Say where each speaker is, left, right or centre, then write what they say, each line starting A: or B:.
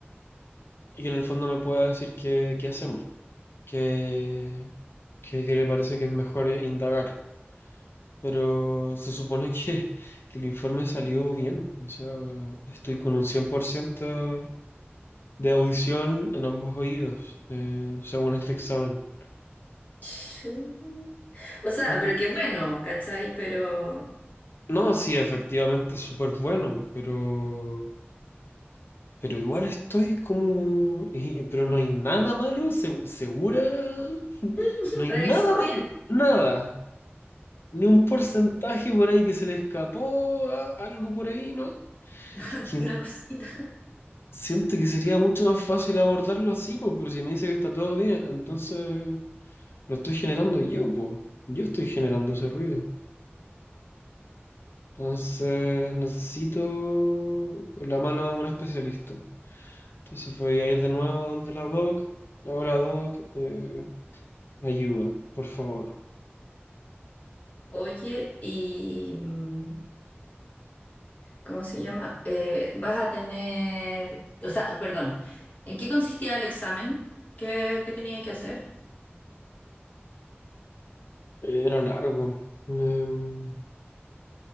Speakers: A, on the left; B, on the left.
A: y que en el fondo me pueda decir qué, qué hacemos, qué, qué, qué le parece que es mejor eh, indagar. Pero se supone que, <laughs> que el informe salió bien. O sea, estoy con un 100% de audición en ambos oídos, eh, según este examen.
B: Chu. O sea,
A: En-
B: pero qué bueno, ¿cachai? Pero
A: no, sí, efectivamente es súper bueno, pero, pero igual estoy como... y- pero no hay nada malo, se- segura. <laughs>
B: <laughs>
A: No hay
B: revisó
A: nada malo,
B: bien
A: nada. Ni un porcentaje por ahí que se le escapó, a- algo por ahí, ¿no?
B: <laughs>
A: Es que
B: una cosita.
A: Siento que sería mucho más fácil abordarlo así, pues, pero si me dice que está todo bien, entonces lo estoy generando yo, pues. Yo estoy generando ese ruido. Entonces necesito la mano de un especialista. Entonces voy a ir de nuevo donde la doc. Ahora, doc, eh, ayuda, por favor.
B: Oye, y mm, ¿cómo se llama? Eh, vas a tener, o sea, perdón, ¿en qué consistía el examen? ¿Qué, qué tenía que hacer?
A: Era largo. Em,